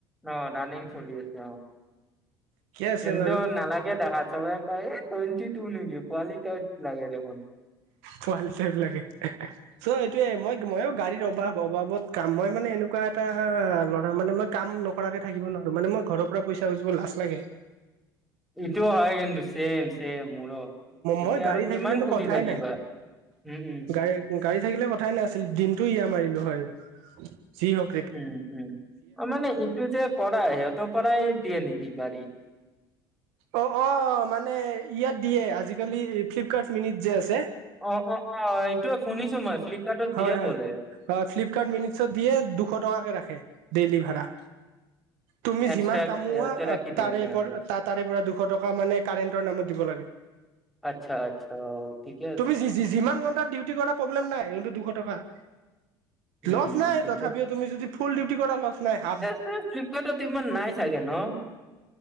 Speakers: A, in the centre; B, on the right (about 70°).
A: অ ৰাণিং চলি আছে অ
B: ঠিকে আছে
A: কিন্তু
B: বাৰু
A: নালাগে দেখাত চবে এ‌ টুৱেন্টি টু নেকি পোৱালি টাইপ লাগে দেখোন।
B: পোৱালি টাইপ লাগে চ' এইটোয়ে মই ময়ো গাড়ী ৰবা অবাবত কাম মই মানে এনেকুৱা এটা ল'ৰা মানে মই কাম নকৰাকে থাকিব নোৱাৰো মানে মই ঘৰত পৰা পইচা খূজিব লাজ লাগে।
A: এইটো হয় কিন্তু চেম চেম মোৰো। এতিয়া
B: মই গাড়ী
A: আৰু কিমান
B: থাকিলেতো
A: খুজি
B: কথাই
A: থাকিবা
B: নাই
A: উম উম
B: গাড়ী গাড়ী থাকিলে কথাই নাছিল দিনটো ইয়ে মাৰিলোঁ হয় যি হওঁক
A: উম উম অ মানে এইটো যে কৰাই সিহঁতৰ পৰাই দিয়ে নেকি গাড়ী?
B: অ অ মানে ইয়াত দিয়ে আজিকালি ফ্লিপকাৰ্ট মিনিত যে আছে।
A: অ অ অ এইটো শুনিছোঁ মই ফ্লিপকাৰ্টত
B: হয়
A: দিয়ে
B: হয়
A: বোলে।
B: হয় ফ্লিপকাৰ্ট মিনিছত দিয়ে দুশ টকাকে ৰাখে ডেইলি ভাড়া। তুমি
A: এক্সট্ৰা
B: যিমান কামোৱা
A: ইহঁতে ৰাখি দিয়ে
B: তাৰে
A: নাই।
B: পৰা তাৰে পৰা দুশ টকা মানে কাৰেণ্টৰ নামত দিব লাগে।
A: আচ্ছা আচ্ছা অ ঠিকে আছে।
B: তুমি যিমান ঘণ্টাত ডিউটি কৰা প্ৰব্লেম নাই কিন্তটো দুশ টকা
A: উম,
B: লচ নাই
A: এইটো
B: তথাপিও তুমি যদি ফুল ডিউটি কৰা লচ নাই হাফ
A: এই ফ্লিপকাৰ্টত ইমান নাই চাগে ন?